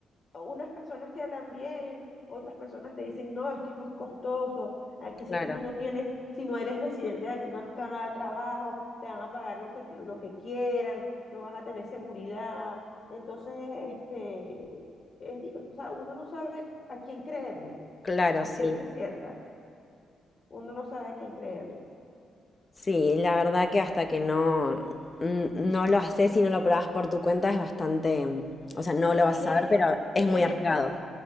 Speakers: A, on the left (about 45°); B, on the left (about 30°).
A: unas personas te hablan bien, otras personas te dicen, no, es que es muy costoso, aquí
B: Claro,
A: si tú no tienes, si no eres residente de aquí no te van a dar trabajo, te van a pagar lo que, lo que quieran, no vas a tener seguridad. Entonces, este, es di- o sea, uno no sabe a quién creerle,
B: claro,
A: a
B: sí.
A: ciencia cierta, uno no sabe a quién creerle.
B: Sí, la verdad que hasta que no, n- no lo haces y no lo probás por tu cuenta es bastante, o sea, no lo vas
A: Sí,
B: a
A: de
B: saber,
A: hecho,
B: pero es
A: de
B: muy arriesgado.
A: hecho,